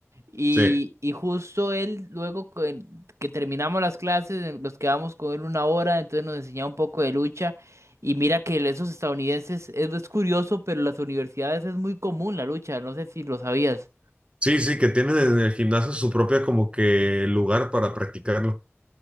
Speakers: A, on the right; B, on the right.
A: Y,
B: Sí,
A: y justo él, luego co- que terminamos las clases, eh, nos quedamos con él una hora, entonces nos enseñaba un poco de lucha. Y mira que esos estadounidenses, es, es curioso, pero en las universidades es muy común la lucha, no sé si lo sabías.
B: sí, sí, que tienen en el gimnasio su propia como que lugar para practicarlo.